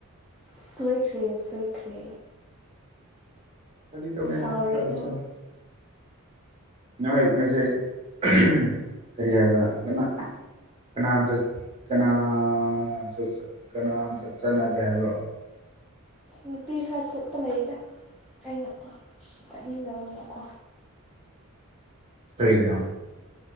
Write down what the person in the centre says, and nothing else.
ꯁꯣꯏꯈ꯭ꯔꯦ ꯁꯣꯏꯈ꯭ꯔꯦ
ꯁꯥꯎꯔꯅꯨ
ꯅꯨꯄꯤ ꯈꯔ ꯆꯠꯄ ꯂꯩꯗ ꯑꯩꯅ ꯆꯠꯅꯤꯡꯗꯕ ꯑꯃꯀꯣ